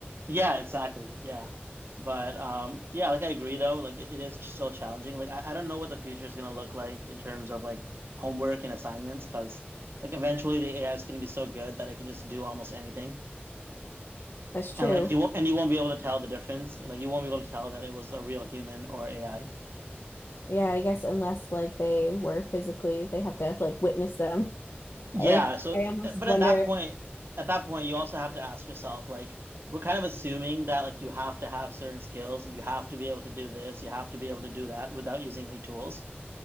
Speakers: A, on the right; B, on the left.
A: Yeah, exactly. Yeah. But um yeah, like I agree though, like it it is still challenging. Like I, I don't know what the future is gonna look like in terms of like homework and assignments because like eventually the AI is gonna be so good that it can just do almost anything.
B: That's true.
A: And like you won't and you won't be able to tell the difference. Like you won't be able to tell that it was a real human or AI.
B: Yeah, I guess unless like they were physically, they have to like witness them.
A: Yeah,
B: I
A: so
B: I almost
A: but
B: wonder
A: at that
B: if,
A: point at that point you also have to ask yourself like we're kind of assuming that like you have to have certain skills, you have to be able to do this, you have to be able to do that without using any tools.